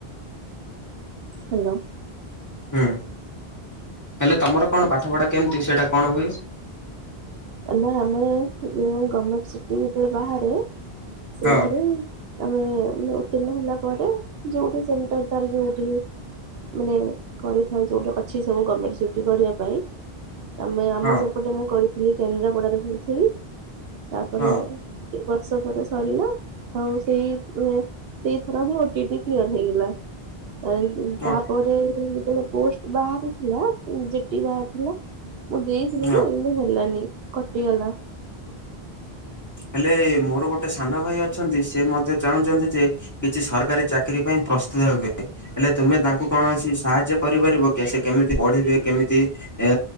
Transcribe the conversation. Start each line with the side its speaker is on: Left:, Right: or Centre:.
Right: ହାଲୋ।
Left: ହୁଁ ହେଲେ ତମର କଣ
Right: ଆଚ୍ଛା
Left: ପାଠ ପଢା କେମିତି ସେଇଟା କଣ ହୁଏ?
Right: ଆମେ ଆମେ ଗମେଣ୍ଟ ସିଟି ଯେ ବାହାରେ ସେଇଥିରେ
Left: ହଁ
Right: ଆମେ ମାନେ ଉତ୍ତୀର୍ଣ୍ଣ ହେଲା ପରେ ଯଉଠି ସେଣ୍ଟର ତାର ଯୋଉଠି। ମାନେ କରିଥାଉ ଯେଉଁଟି ଅଛି ସବୁ ଗମେଣ୍ଟ ସିଟି କରିବା ପାଇଁ। ଆମେ ଆମ
Left: ହଁ
Right: ସେପଟେ ମୁଁ କରିଥିଲି କେନ୍ଦ୍ରାପଡାରେ କରିଥିଲି ତାପରେ
Left: ହଁ
Right: ଦି ବର୍ଷ ପରେ ସରିଲା ଆଉ ସେଇ ସେଇ ଥର ହିଁ ଓଟିଇଟ୍ କ୍ଲିୟର ହେଇଗଲା ଆ।
Left: ହଁ
Right: ତାପରେ ଯେତେବେଳେ ପୋଷ୍ଟ ବାହାରିଥିଲା। ଯିଟି ବାହାରି ଥିଲା ମୁଁ ଦେଇଥିଲି
Left: ହଁ
Right: ଯେ କିନ୍ତୁ ହେଲାନି କଟିଗଲା।
Left: ହେଲେ ମୋର ଗୋଟେ ସାନ ଭାଇ ଅଛନ୍ତି ସେ ମଧ୍ୟ ଚାହୁଁଛନ୍ତି ଯେ କିଛି ସରକାରୀ ଚାକିରି ପାଇଁ ପ୍ରସ୍ତୁତ ହେବେ। ହେଲେ ତୁମେ ତାଙ୍କୁ କୌଣସି ସାହାଯ୍ୟ କରିପାରିବ କି ସେ କେମିତି ପଢିବେ କେମିତି ଏ